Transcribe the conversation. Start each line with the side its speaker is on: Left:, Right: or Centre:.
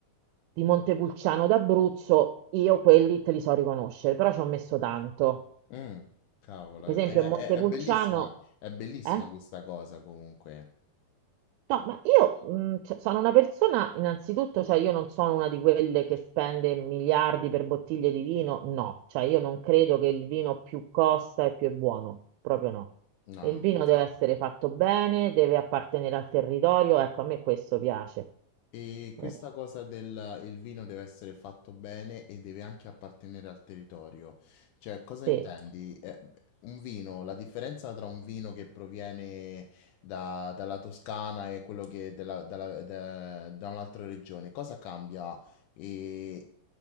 Right: di Montepulciano d'Abruzzo, io quelli te li so riconoscere, però ci ho messo tanto.
Left: Mm, cavolo,
Right: Per esempio,
Left: è, è-
Right: il Montepulciano...
Left: è bellissima, è bellissima
Right: Eh?
Left: questa cosa comunque.
Right: No, ma io mh, cioè, sono una persona, innanzitutto, cioè io non sono una di quelle che spende miliardi per bottiglie di vino, no, cioè io non credo che il vino più costa e più è buono, proprio no.
Left: No,
Right: Il
Left: non
Right: vino
Left: funziona
Right: deve essere
Left: così.
Right: fatto bene, deve appartenere al territorio, ecco, a me questo piace.
Left: E
Right: Eh,
Left: questa cosa del il vino deve essere fatto bene e deve anche appartenere al territorio. Cioè, cosa
Right: sì.
Left: intendi? Eh, un vino, la differenza tra un vino che proviene da- dalla Toscana e quello che della- dalla- da da un'altra regione, cosa cambia? E